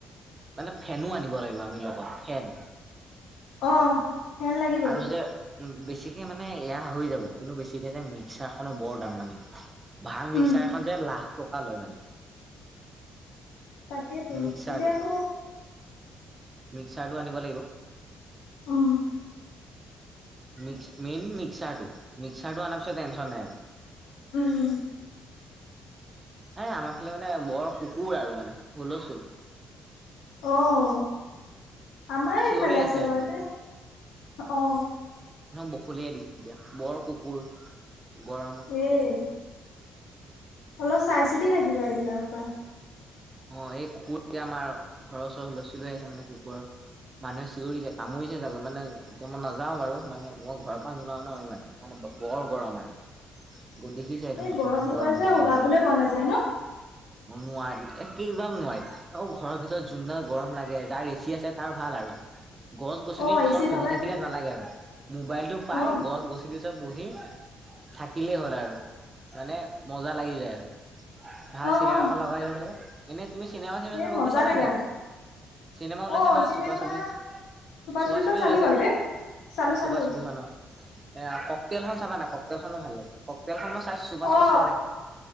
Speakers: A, on the right; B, on the left.
A: মানে ফেনো আনিব লাগিব আমি লগত। ফেন
B: অ ফেন লাগিব
A: আৰু যে বেছিকে মানে মানে এয়া হৈ যাব, কিন্তু বেছিকে যে মিক্সাৰ খনৰ বৰ দাম মানে। ভাল
B: উম
A: মিক্সাৰখন যে লাখ টকা লয় মানে।
B: তাকেতো
A: মিক্সাৰটো
B: এতিয়া আকৌ
A: মিক্সাৰটো আনিব লাগিব।
B: উম
A: মিকছ, মেইন মিক্সাৰটো। মিক্সাৰটো আনাৰ পিছত টেনচন নাই আৰু।
B: উম।
A: এ আমাৰ ফালে মানে বৰ কুকুৰ আৰু মানে হোলস্তোল।
B: অহ। আমাৰ
A: চিঞৰি
B: এইফালে আছে
A: আজিকালি
B: বাৰু তে' অহ।
A: বশলিয়াই দিছে এতিয়া বৰ কুকুৰ গৰমত।
B: এই অলপ চাই-চিতি থাকিবা এইবিলাকৰ পৰা।
A: অহ, এই কুকুৰ যেতিয়া আমাৰ ঘৰৰ ওচৰ হুলস্থুল হৈ আছে মানে কুকুৰৰ। মানুহে চিঞৰিছে কামুৰিছে চাগৈ, মানে এতিয়া মই নাযাওঁ বাৰু মানে মই ঘৰৰ পৰা নোলাও ন' ইমান মানে। বৰ গৰম আৰু।
B: <unintelligible>
A: দেখিছাই দেখোন
B: এই গৰমটোৰ
A: কিমান গৰমকে
B: পৰা যে
A: পেলাইছে
B: ওলাবলৈ মন নাযায় ন'।
A: নোৱাৰি এ কি একদম নোৱাৰি আকৌ ঘৰৰ ভিতৰত যোনডাল গৰম লাগে, যাৰ এচি আছে তাৰ ভাল আৰু। গছ-গছনি
B: অ এ
A: চব
B: চি থকাখিনি
A: বহি থাকিলে নালাগে আৰু মোবাইলটো পাই
B: অ
A: গছ-গছনিত ত' বহি থাকিলেই হ'ল আৰু মানে মজা লাগি যায় আৰু। ভাল
B: অ
A: চিনেমা
B: অ
A: এখন লগাই লাগে। এনেই তুমি চিনেমা-চিনেমা
B: সেই
A: চাব
B: মজা
A: গৈছা নে
B: লাগে
A: নাই?
B: আৰু
A: চিনেমা ওলাইছে
B: অ
A: নহয়
B: চিনেমা
A: চুপা চুপি, চুপা
B: চুপিখন
A: চুপি
B: চালো
A: ওলাইছে।
B: বাৰু দে চালো
A: চুবা
B: চালো
A: চুবিখনৰ এ ক'কটেলখন চাবা না ক'কটেলখনো ভাল লাগে। ক'কটেলখন মই চাইছো চুপা চুপি
B: অহ,
A: চোৱা নাই